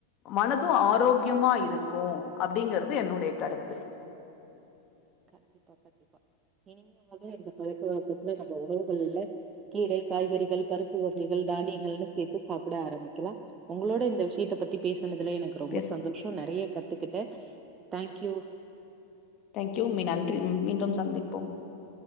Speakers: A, on the left (about 35°); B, on the right (about 25°).
A: மனதும் ஆரோக்கியமா இருக்கு அப்டிங்கறது என்னுடைய கருத்து
B: கண்டிப்பா கண்டிப்பா இனிமேயாவது இந்த பழக்க வக்கத்துல நம்ம உணவுகள்ல கீரை காய்கறிகள் பருப்பு வகைகள் தானியங்கள்னு சேத்து சாப்ட ஆரம்பிக்கலாம் உங்களோட இந்த விஷயத்த பத்தி பேச னதுல எனக்கு ரொம்ப
A: எஸ்.
B: சந்தோஷம் நெறய கத்துக்கிட்டேன் தங்க்யூ
A: தங்க்யூ ம்மி நன்றி மீண்டும் சந்திப்போம்